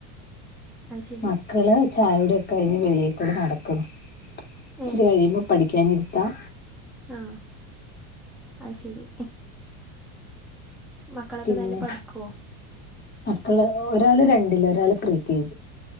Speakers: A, in the centre; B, on the left.
A: അത് ശരി
B: മക്കളെ ചായകുടിയൊക്കെ കഴിഞ്ഞ് വെളീക്കൂടെ നടക്കുന്നു ഇച്ചിരി
A: ഏ
B: കഴിയുമ്പോൾ പഠിക്കാനി ര്ത്താം
A: ആ അത്ശരി മക്കളൊക്കെ
B: പിന്നെ
A: നല്ല പഠിക്കുവോ
B: മക്കള് ഒരാളെ രണ്ടിലെ ഒരാളെ പ്രീ കെ ജി